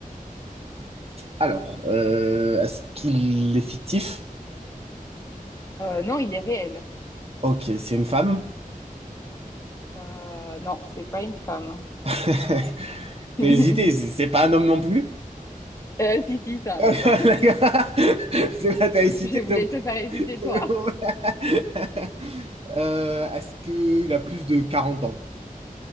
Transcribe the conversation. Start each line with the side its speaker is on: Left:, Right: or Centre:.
Right: Alors, euh, est-ce qu'il est fictif?
Left: Euh, non, il est réel.
Right: Ok, c'est une femme.
Left: Euh, non, c'est pas une femme.
Right: <laughs> T'as
Left: <laughs>
Right: hésité, c'est c'est pas un homme non plus?
Left: Euh, si, si, c'est un
Right: Ah,
Left: homme.
Right: <laughs> d'accord. C'est
Left: <laughs>
Right: pas, t'avais cité
Left: Je voulais
Right: donc.
Left: te faire hésiter,
Right: <laughs>
Left: toi.
Right: Euh, est-ce qu'il a plus de 40 ans?